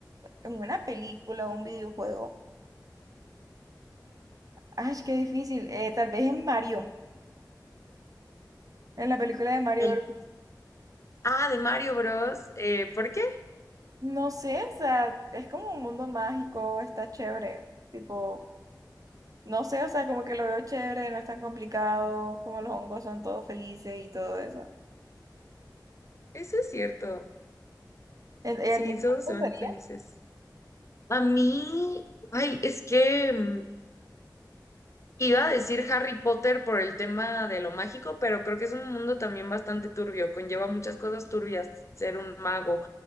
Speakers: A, on the right; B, on the left.
A: en una película o un videojuego. Ay, qué difícil. Eh, tal vez en Mario, en la película de Mario
B: El,
A: Bros.
B: ah, de Mario Bros. Eh, ¿por qué?
A: No sé, o sea, es como un mundo mágico, está chévere. Tipo, no sé, o sea, como que lo veo chévere, no es tan complicado, como los hongos son todos felices y todo eso.
B: Eso es cierto.
A: ¿E, ¿Ella
B: Sí,
A: tiene
B: todos
A: gustaría?
B: se van felices. A mí, ay, es que mm, iba a decir Harry Potter por el tema de lo mágico, pero creo que es un mundo también bastante turbio, conlleva muchas cosas turbias ser un mago.